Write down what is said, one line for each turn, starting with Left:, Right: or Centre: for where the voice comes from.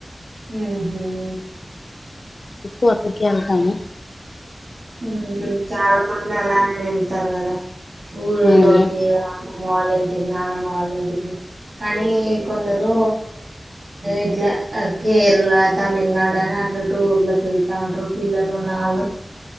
Right: హ హమ్
Left: ఎకు వసకిలతను
Right: ఉమ్ చాలా మంది అలానే వెళతారు కదా ఊర్లోకి
Left: అవును
Right: అమ్మమ్మ వాళ్ళ ఇం ఇంటికి నానమ్మ వాళ్ళ ఇంటికి కానీ కొందరు ఇట్ల కేరళ తమిళనాడు అని అట్లా టూర్ లకి వెళ్తా ఉంటారు పిల్లలు నాలుగు